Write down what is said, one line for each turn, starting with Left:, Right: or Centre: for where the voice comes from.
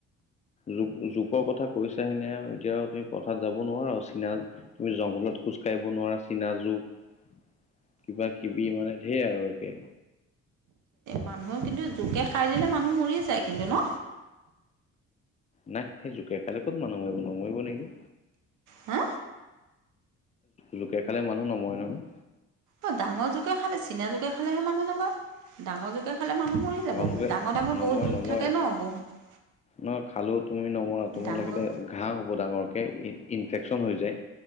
Left: জু-জোকৰ কথা কৈছা হেনে আৰু এতিয়া তুমি পথাৰত যাব নোৱাৰা চিনা তুমি জংঘলত খোজ কাঢ়িব নোৱাৰা চিনা জোক। কিবা কিবি মানে ঢেৰ আৰু একে।
Right: মানুহেও কিন্তু জোকে খাই দিলে মানুহ মৰি যায় কিন্তু ন'?
Left: নাই, সেই জোকে খালে ক'ত মানুহ মাৰিব নমৰিব নেকি?
Right: হা?
Left: জোকে খালে মানুহ নমৰে নহয়।
Right: অ', ডাঙৰ জোকে খালে চিনা জোকে খালেহে মানুহ নমৰে, ডাঙৰ জোকে খালে মানুহ মৰি যাব
Left: জোকে
Right: ডাঙৰ ডাঙৰ
Left: নমৰে
Right: বহুত জোক
Left: নমৰে।
Right: থাকে ন' বহুত
Left: নহয় খালেও তুমি নমৰা, তোমাৰ
Right: ডাঙৰ
Left: লাগিলে ঘাঁহ হ'ব ডাঙৰকে ইনফেকচন হৈ যায়।